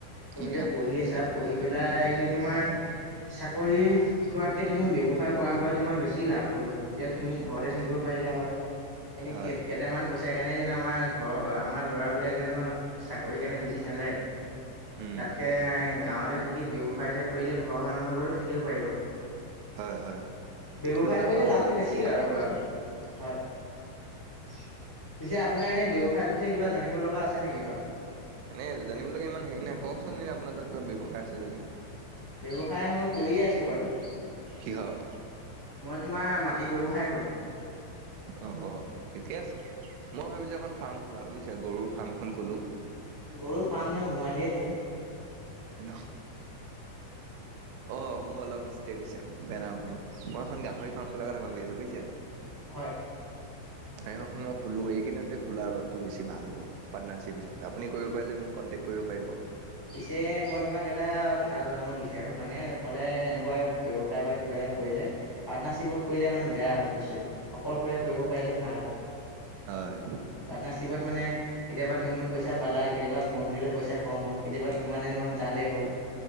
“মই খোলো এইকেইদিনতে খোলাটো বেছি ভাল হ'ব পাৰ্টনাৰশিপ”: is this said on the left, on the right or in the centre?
Right